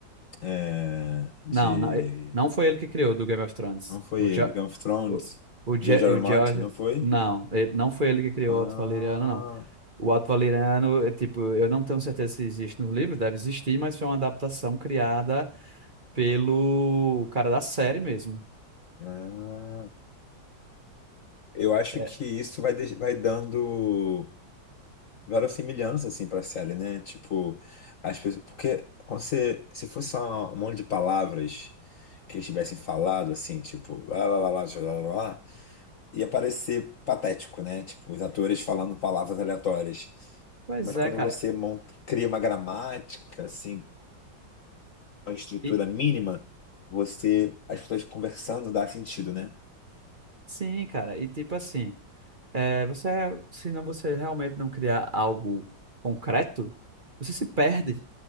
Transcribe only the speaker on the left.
é, de,
não foi
ele,
Game of Thrones,
George R.
R.
Martin, não foi?
Ah,
ah. Eu acho
que isso vai, deix- vai dando verossimilhança, assim, pra série, né? Tipo, as pessoas. Porque quando você, se fosse só um monte de palavras que eles tivessem falado, assim, tipo, lá, lá, lá, lá, lá, lá, lá, lá, ia parecer patético, né? Tipo, os atores falando palavras aleatórias.
Mas
quando
você monta, cria uma gramática, assim, uma estrutura
mínima, você. As pessoas conversando dá sentido, né?